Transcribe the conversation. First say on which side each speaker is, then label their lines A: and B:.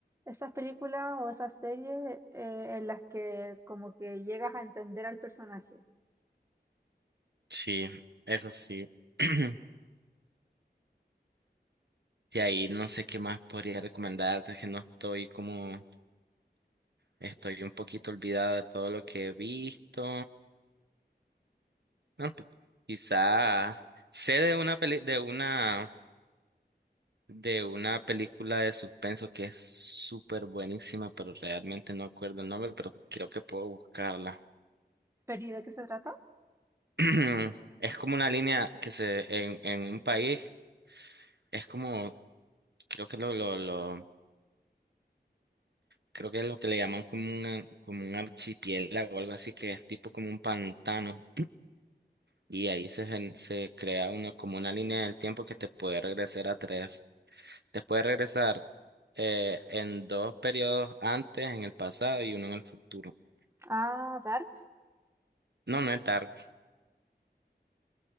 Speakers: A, on the right; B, on the right.
A: esas películas o esas series eh, en las que como que llegas a entender al personaje.
B: Sí, eso sí. <clears throat> De ahí no sé qué más podría recomendarte, que no estoy como, estoy un poquito olvidada de todo lo que he visto. No, p- quizá sé de una peli- de una de una película de suspenso que es súper buenísima, pero realmente no acuerdo el nombre, pero creo que puedo buscarla.
A: ¿Pero y de qué se trata?
B: <clears throat> Es como una línea que se en, en un país es como creo que lo, lo, lo creo que es lo que le llaman como un como un archipiélago o algo así que es tipo como un pantano y ahí se gen- se crea una como una línea del tiempo que te puede regresar a tres Te puede regresar eh, en dos periodos antes, en el pasado y uno en el futuro.
A: Ah, Dark.
B: No, no es Dark.